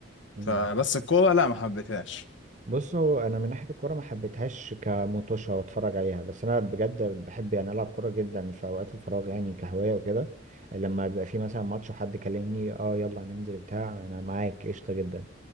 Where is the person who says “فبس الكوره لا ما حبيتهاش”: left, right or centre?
Left